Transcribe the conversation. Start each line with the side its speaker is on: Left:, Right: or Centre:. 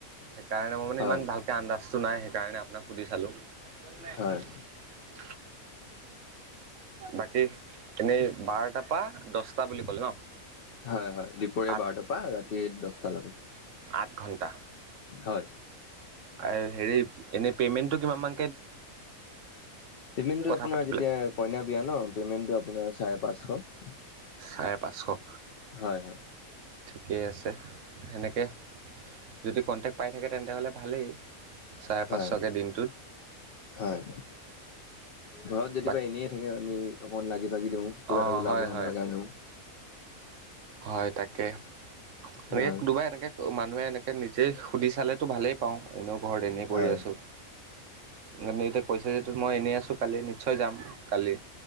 Right: সেইকাৰণে মই মানে
Left: হয়
Right: ইমান ভালকে আন্দাজটো নাই সেইকাৰণে আ <unintelligible> পোনাক সুধি চালোঁ। <unintelligible>
Left: হয়,
Right: বাকী এনেই বাৰটাপা দশটা বুলি ক'লে ন।
Left: হয় হয়। দুপৰীয়া
Right: আঠ
Left: বাৰটাপা ৰাতি দশটালৈকে। <unintelligible>
Right: আঠ ঘণ্টা।
Left: হয়।
Right: আৰু হেৰি এনেই পেমেণ্টটো কিমান মান।
Left: পেমেন্টো
Right: কথা
Left: আপোনাৰ
Right: পাতি পেলাই
Left: যেতিয়া কইনা বিয়া ন পেমেন্টো আপোনাৰ চায়ে <unintelligible> পাঁচশ।
Right: চাৰে পাঁচশ।
Left: হয়।
Right: ঠিকেই আছে, সেনেকে যদি কণ্টেকট পায় থাকে তেন্ত হ'লে ভালেই, চাৰে
Left: হয়,
Right: পাঁচকৈ দিনটোত।
Left: হয়। ঘৰত যদি
Right: বাক
Left: এনেই থাকে আমি অকণমান লাগি ভাগি দিওঁ, কিবা
Right: অঁ
Left: এটা ওলাব
Right: হয় হয়
Left: আমাৰ কাৰণেও।
Right: হয় তাকে এনেকে
Left: হয়।
Right: কোনোবা এনেকে মানু- মানুহে এনেকে নিজে সুধি চালেতো ভালেই পাওঁ, এনেও ঘৰত এনেই পৰি
Left: হয়।
Right: আছো। মানে এতিয়া কৈছে যে মই এনেই আছোঁ কালি নিশ্চয় যাম। কালি